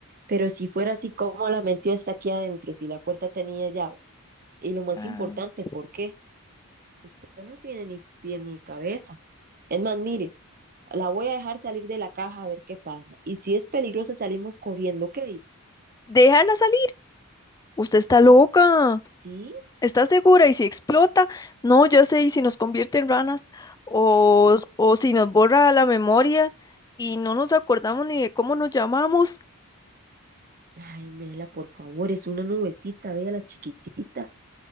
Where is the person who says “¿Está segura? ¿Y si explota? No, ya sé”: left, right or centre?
Left